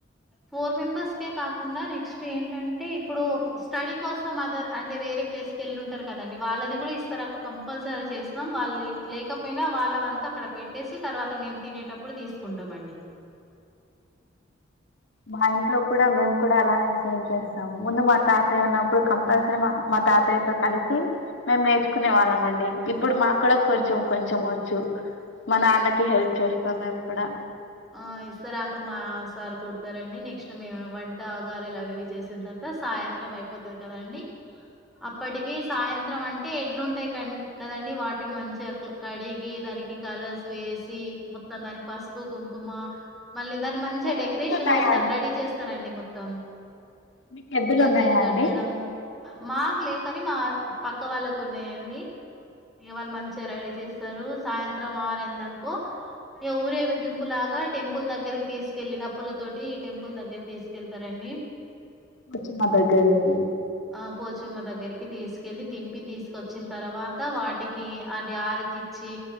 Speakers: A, in the centre; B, on the left (about 70°).
A: ఫోర్ మెంబెర్స్కే కాకుండా నెక్స్ట్ ఏంటంటే ఇప్పుడు స్టడీ కోసం అదర్ అంటే వేరే ప్లేస్కి వెళ్ళి ఉంటరు కదండి వాళ్ళది కూడా ఇస్తారాకు కంపల్సరీ అది చేస్తాం. వాళ్ళు లే లేకపోయినా వాళ్ళ వం అక్కడ పెట్టేసి తర్వాత మేము తినేటప్పుడు తీసుకుంటమండి.
B: మా ఇంట్లో కూడా మేము కూడా అలానే సేమ్ చేస్తాము. ముందు మా తాతయ్య ఉన్నప్పుడు కంపల్సరీ మా మా తాతయ్యతో కలిసి మేము నేర్చుకునే వాళ్ళం అండి. ఇప్పుడు మాకు కూడా కొంచెం కొంచెం వచ్చు మా నాన్నకి హెల్ప్ చేస్తాం మేము కూడా.
A: ఆ ఇస్తరాకులు మా సారు కుడతరండి. నెక్స్ట్ మేము వంటా ఆ గారెలు అవి ఇవి చేసిన తర్వాత సాయంత్రం అయిపోతది కదండి. అప్పటికి సాయంత్రం అంటే ఎడ్లు ఉంటయి క కదండి వాటిని మంచిగా అ కడిగి, దానికి కలర్స్ వేసి మొత్తం దానికి పసుపు కుంకుమ మళ్ళీ దాన్ని మంచిగా
B: మీకు
A: డెకరేషన్
B: ఎద్దులు ఉన్నాయా
A: చేస్తారు
B: అండి
A: రెడీ చేస్తారండి మొ తమ్
B: మీకు ఎద్దులు
A: గజ్జలు
B: ఉన్నాయా
A: కట్టడము
B: అండి
A: మా లేవు కానీ మా పక్క వాళ్ళకు ఉన్నయండి. ఇగ వాళ్ళు మంచిగా రైడీ చేస్తరు. సాయంత్రం ఆరైందనుకో ఇ ఊరేగిం పు లాగా టెంపుల్ దగ్గరకి తీసుకెళ్ళి డప్పుల తోటి టెంపుల్ దగ్గర తీసుకెళ్తరండి.
B: పొచమ్మ దగ్గరికి.
A: ఆ పోచమ్మ దగ్గరికి తీసుకెళ్ళి తింపి తీసుకొచ్చిన తర్వాత వాటికి అంటే ఆరతిచ్చి